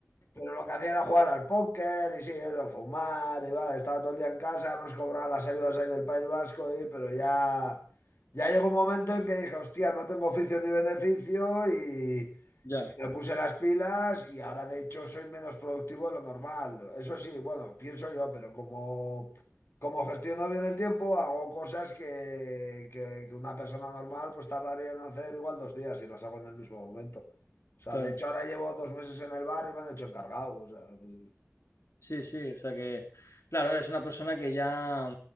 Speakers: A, on the left; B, on the left.
A: pero lo que hacía era jugar al póker y sí, eso, fumar y vale estaba todo el día en casa, además cobraba las ayudas ahí del País Vasco, y- pero ya, ya llegó un momento en que dije, hostia, no tengo oficio ni beneficio y,
B: Ya,
A: y me puse las pilas y ahora de hecho soy menos productivo de lo normal. Eso sí, bueno, pienso yo, pero como, como gestiono bien el tiempo, hago cosas que, que, que una persona normal pues tardaría en hacer igual dos días y las hago en el mismo momento. O sea,
B: claro.
A: de hecho ahora llevo dos meses en el bar y me han hecho encargado. o sea, pues,
B: Sí, sí, o sea que, claro, eres una persona que ya,